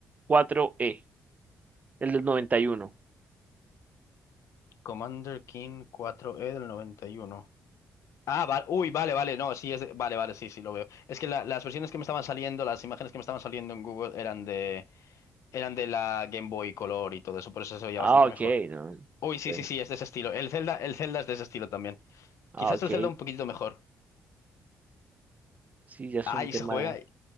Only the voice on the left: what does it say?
Commander King cuatro e del noventa y uno Ah, vale, uy, vale, vale, no, sí, es de- vale, vale, sí, sí, lo veo. Es que la- las versiones que me estaban saliendo, las imágenes que me estaban saliendo en Google eran de, eran de la Game Boy Color y todo eso, por eso se veía
bastante
mejor.
Uy, sí,
sí, sí, es de ese estilo. El Zelda, el Zelda es de ese estilo también.
Quizás
el Zelda un poquito mejor.
Ay,
se juega,